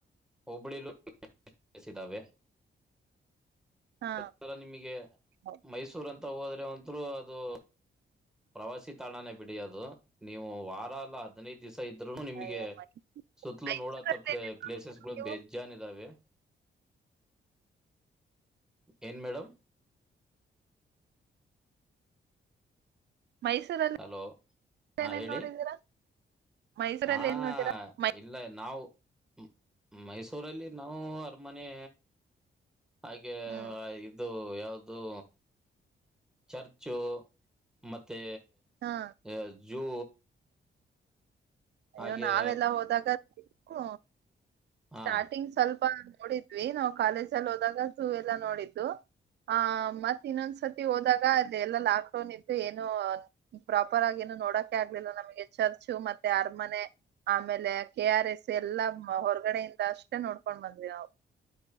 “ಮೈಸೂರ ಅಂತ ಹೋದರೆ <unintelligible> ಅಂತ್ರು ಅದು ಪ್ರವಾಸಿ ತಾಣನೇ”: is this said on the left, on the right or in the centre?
Centre